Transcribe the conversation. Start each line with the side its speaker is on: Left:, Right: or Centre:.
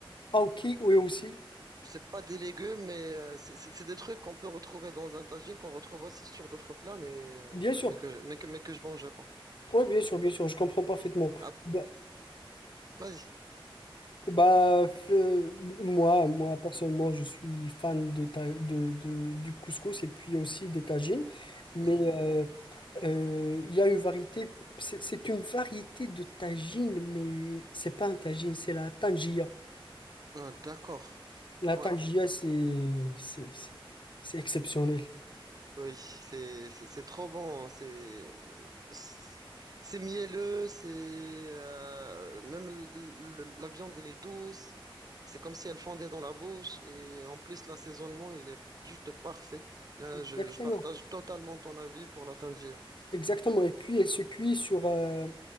Left: Ah ok, oui aussi.
Right: C'est pas des légumes, mais euh, c'est c'est- c'est des trucs qu'on peut retrouver dans un tagine, qu'on retrouve aussi sur d'autres plats, mais, euh,
Left: Bien sûr.
Right: mais, que, je- mais, que, mais que je mange pas.
Left: Oui, bien sûr, bien sûr, je comprends parfaitement.
Right: Ah,
Left: Bah,
Right: vas-y.
Left: bah, euh, moi, moi, personnellement, je suis fan de, ta- de, de- du couscous et puis aussi des tagines. Mais
Right: Mhm.
Left: euh, Euh, Il y a une variété, c'est c'est une variété de tagine, mais c'est pas un tagine, c'est la tangia.
Right: Ah, d'accord.
Left: La
Right: Ouais.
Left: tangia, c'est c'est c'est- c'est exceptionnel.
Right: Oui, c'est c'est c'est trop bon. C'est c'est c'est mielleux. C'est euh, même le- le- la viande elle est douce. C'est comme si elle fondait dans la bouche. Et en plus l'assaisonnement il est juste parfait. Euh,
Left: Exactement,
Right: je, je partage totalement ton avis pour la tangia.
Left: exactement. Et puis elle se cuit sur euh,